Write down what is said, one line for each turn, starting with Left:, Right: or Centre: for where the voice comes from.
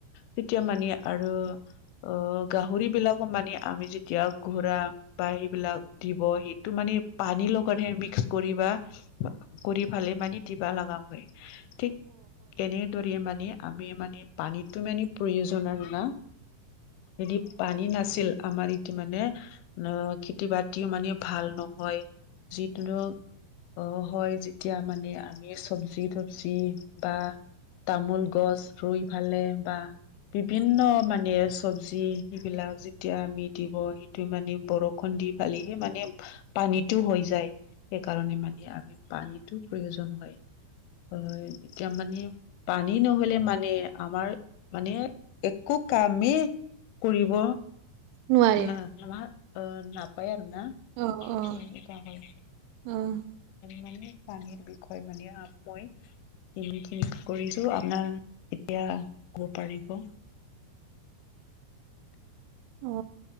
Left: তেতিয়া মানে আৰু অ, গাহৰি বিলাকো মানে আমি যেতিয়া ঘোৰা বা সেইবিলাক দিব সেইটো মানে পানী লগত মিক্স কৰিবা। কৰি পালে মানে দিবা লগা হয় ঠিক এনেদৰে মানে আমি মানে পানীতো মানে প্ৰয়োজন আৰু না। এদি পানী নাছিল আমাৰ ই মানে অ, খেতি বাতিও মানে ভাল নহয় যিটো অ, হয় যেতিয়া মানে আমি চব্জি তবজি বা তামোল গছ ৰুই ফালে বা বিভিন্ন মানে চব্জি সেইবিলাক যেতিয়া আমি দিব সেইটোৱে মানে বৰষুণ দি পালিহি মানে পানীতো হৈ যায়। সেইকাৰণে মানে আমি পানীতো প্ৰয়োজন হয় অ, এতিয়া মানে পানী নহলে মানে আমাৰ মানে একো কামেই কৰিব
Right: নোৱাৰে
Left: না - না অ, নাপায় আৰু না?
Right: অহ', অহ',
Left: এনেকুৱা হয়
Right: অহ',
Left: মানে পানীৰ বিষয় মানে আ মই খিনি কৰিছো আপোনাৰ এতিয়া কব পাৰিব।
Right: অ,